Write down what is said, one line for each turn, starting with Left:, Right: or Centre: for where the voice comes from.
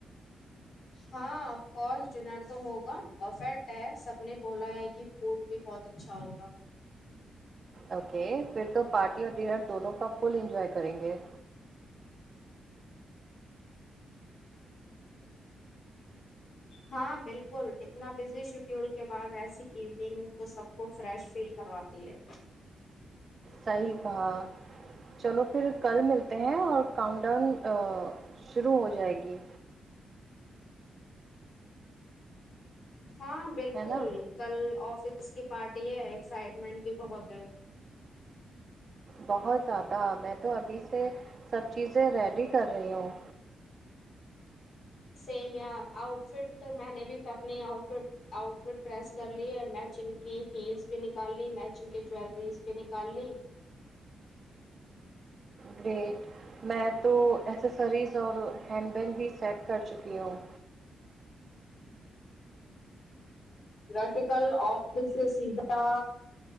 Left: ہاں اف کورس ڈنر تو ہوگا پرفیکٹ ہے سب نے بولا ہے کہ فوڈ بھی بہت اچھا ہوگا
Right: اوکے پھر تو پارٹی اور ڈنر دونوں کا فل انجوائے کریں گے
Left: ہاں بالکل اتنا بزی شیڈیول کے بعد ایسی ایوننگ تو سب کو فریش فیل کرواتی ہے
Right: صحیح کہا چلو پھر کل ملتے ہیں اور کاؤنٹ ڈاؤن شروع ہو جائے گی
Left: ہاں بالکل
Right: ہے نا
Left: کل آفس کی پارٹی ہے ایکسائٹمنٹ بھی بہت ہے
Right: بہت زیادہ میں تو ابھی سے سب چیزیں ریڈی کر رہی ہوں
Left: سیم یار آؤٹ فٹ میں نے بھی اپنی outfit outfit press کر لی ہے میچنگ کی ہیلز بھی نکال لی میچنگ کی جیلریز بھی نکال لی
Right: گریٹ میں تو ایسیسریز اور ہینڈ بیگ بھی سیٹ کر چکی ہوں
Left: ویسے کل آفس سے سیدھا